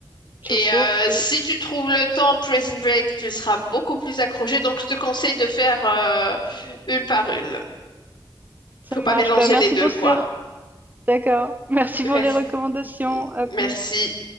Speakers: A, on the right; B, on the left.
A: tout
B: Et
A: court.
B: euh,
A: Oui,
B: si tu trouves le temps, Prison Break, tu seras beaucoup plus accroché. Donc je te conseille de faire euh, une par une.
A: ça
B: Faut pas
A: marche.
B: mélanger
A: Bah, merci
B: les deux,
A: pour
B: quoi.
A: ce D'accord. Merci
B: Merci.
A: pour les recommandations. À plus.
B: Merci.